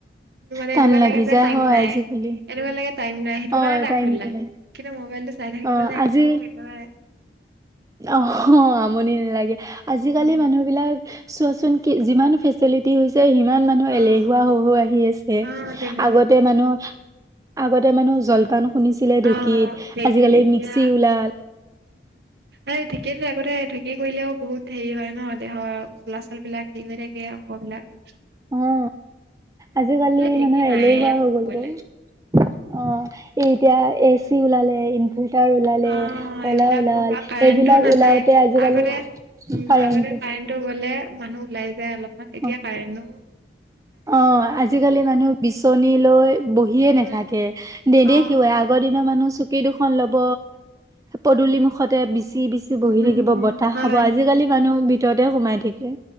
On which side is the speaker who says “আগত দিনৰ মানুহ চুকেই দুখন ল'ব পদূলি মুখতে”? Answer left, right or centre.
Right